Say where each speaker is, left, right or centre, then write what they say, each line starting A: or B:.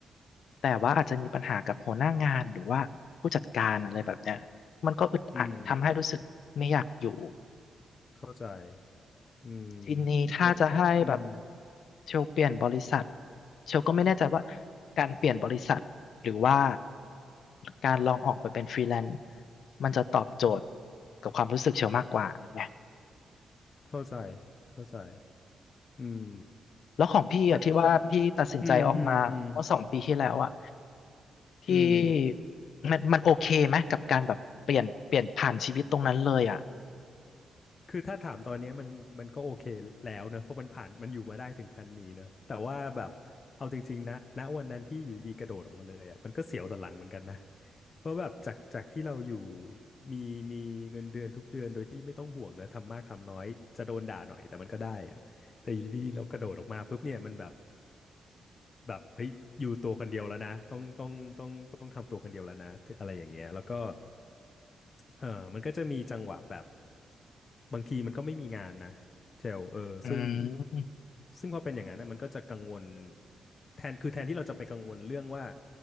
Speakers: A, on the left (about 65°); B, on the left (about 35°).
A: แต่ว่าอาจจะมีปัญหากับหัวหน้างานหรือว่าผู้จัดการอะไรแบบเนี้ย มันก็อึดอัดทำให้รู้สึกไม่อยากอยู่
B: อืมเข้าใจอืม
A: ทีนี้ถ้าจะให้แบบ
B: แล้วอืม
A: เชลเปลี่ยนบริษัทเชลก็ไม่แน่ใจว่าการเปลี่ยนบริษัทหรือว่าการลองออกไปเป็นฟรีแลนซ์มันจะตอบโจทย์กับความรู้สึกเชลมากกว่าไง
B: เข้าใจเข้าใจอืม
A: แล้วของพี่อะที่ว่าพี่ตัดสินใจออกมาเมื่อสองปีที่แล้วอะ
B: แต่อืมอืมอืม
A: พี่
B: อืม
A: มันมันโอเคไหมกับการแบบเปลี่ยนเปลี่ยนผ่านชีวิตตรงนั้นเลยอะ
B: คือถ้าถามตอนเนี้ยมันมันก็โอเคแล้วเนอะเพราะมันผ่านมันอยู่มาได้ถึงคันนี้เนอะแต่ว่าแบบเอาจริงๆนะณวันนั้นที่อยู่ดีๆกระโดดออกมาเลยอ่ะมันก็เสียวสันหลังเหมือนกันนะเพราะแบบจากจากที่เราอยู่มีมีเงินเดือนทุกเดือนโดยที่ไม่ต้องห่วงนะทำมากทำน้อยจะโดนด่าหน่อยแต่มันก็ได้อ่ะแต่อยู่ดีๆเรากระโดดออกมาปุ๊บเนี่ยมันแบบแบบเฮ้ยอยู่ตัวคนเดียวแล้วนะต้องต้องต้องต้องทำตัวคนเดียวแล้วนะอะไรอย่างเงี้ยแล้วก็เออมันก็จะมีจังหวะแบบ บางทีมันก็ไม่มีงานนะเชลเออซึ่ง
A: อืม
B: ซึ่งพอเป็นอย่างนั้นนะมันก็จะกังวลแทนคือแทนที่เราจะไปกังวลเรื่องว่า